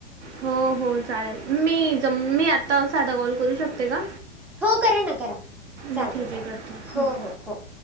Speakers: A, on the right; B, in the centre.
A: हो हो चालेल मी ज मी आता साधा कॉल करू शकते का?
B: हो करा ना करा चालतं
A: हो ठीक
B: चालतं
A: आहे करते. हम्
B: हो हो हो